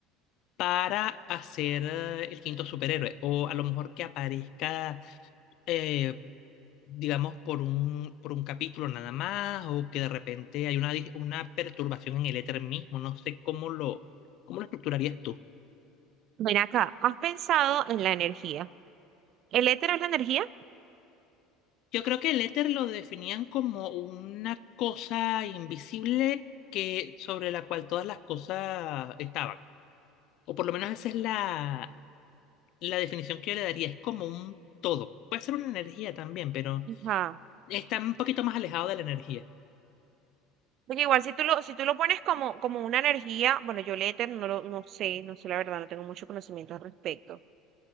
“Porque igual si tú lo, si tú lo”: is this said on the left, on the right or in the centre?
Right